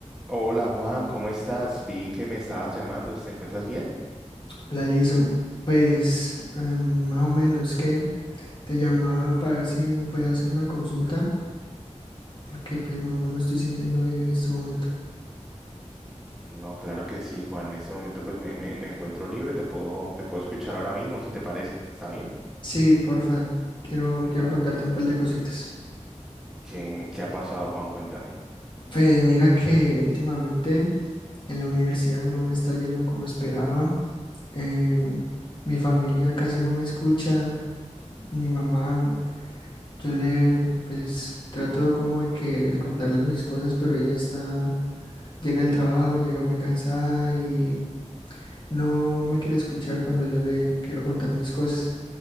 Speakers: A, in the centre; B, on the left (about 40°).
A: Hola Juan, ¿cómo estás? Vi que me estabas llamando, ¿te encuentras bien?
B: Hola Jason, pues em, más o menos que te llamaba para ver si me puedes hacer una consulta, porque pues no, no me estoy sintiendo bien en este momento.
A: No, claro que sí, Juan. En este momento pues me, me- me encuentro libre, te puedo, te puedo escuchar ahora mismo si te parece. ¿Está bien?
B: Sí, porfa, quiero, quiero
A: Da.
B: contarte un par de cositas.
A: ¿Qué, qué ha pasado, Juan? Cuéntame.
B: Pues mira que últimamente en la universidad no me está yendo como esperaba. Em, mi familia casi no me escucha, mi mamá, yo le pues trato como de que de contarle mis cosas, pero ella está llega el trabajo, llega muy cansada y no, no me quiere escuchar cuando yo le quiero contar mis cosas.